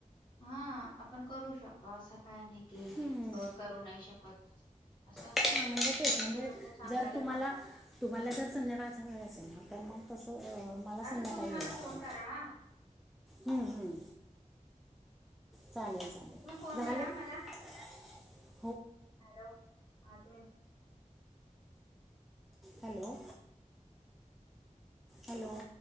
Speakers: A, on the left (about 35°); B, in the centre.
A: हा आपण करू शकतो असं काय नाही की
B: हम्म.
A: करू नाही शकत. असं
B: हां म्हणजे तेच
A: अ
B: म्हणजे
A: ते लोक सांगायला
B: जर तुम्हाला,
A: सांगा
B: तुम्हाला जर संध्याकाळचा वेळ असेल ना तर मग तसं अं, मला संध्याकाळी
A: आता तुम्ही
B: वेळ
A: मला
B: असेल
A: फोन करा हा.
B: हम्म हम्म चालेल चालेल
A: तुम्ही फोन
B: झालेत,
A: करा
B: फोन
A: मला
B: करा मला.
A: हॅलो, आणी तुम्ही
B: हॅलो! हॅलो!